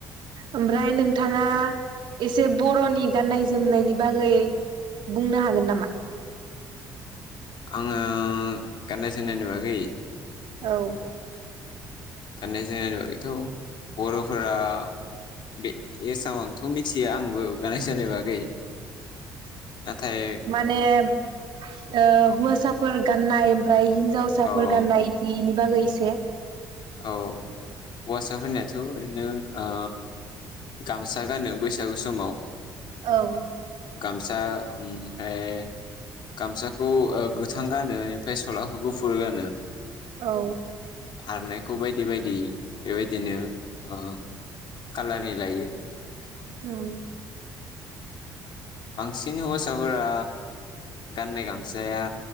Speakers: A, on the right; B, on the left.
A: ओमफ्राय नोंथाङा एसे बर'नि गाननाय जोमनायनि बागै बुंनो हागोन नामा?
B: आङो गाननाय-जिमनायनि बागै।
A: औ।
B: गाननाय-जोमनायनि बागैथ' बर'फोरा बे एसेबांथ' मिथिया आंबो गाननाय जोमनाय बागै। नाथाय
A: माने ओ हुवासाफोर गाननाय। ओमफ्राय हिन्जावसाफोर
B: अ
A: गाननाय इदि निबागै इसे।
B: औ हौवासाफोरनियाथ' ओरैनो ओ गामसा गानो बैसागु समाव
A: औ।
B: गामसा ओमफ्राय गामसाखौ गोथां गानो ओमफ्राय सलाखौ गफुरो गानो।
A: औ।
B: आरनायखौ बायदि बायदि बेबायदिनो ओ कालारनि लायो।
A: उम
B: बांसिन हौवासाफोरा गाननाय गामसाया